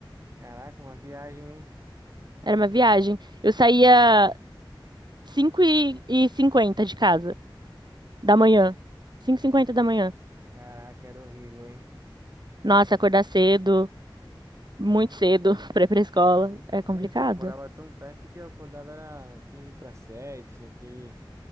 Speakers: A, on the right (about 35°); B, on the right (about 55°).
A: Caraca, uma viagem, hein?
B: Era uma viagem. Eu saía cinco e cinquenta de casa da manhã. cinco e cinquenta da manhã.
A: Caraca, era horrível, hein?
B: Nossa, acordar cedo, muito cedo <laughs> para ir para escola é complicado.
A: Então, eu morava tão perto que eu acordava era 15 para 7, aquele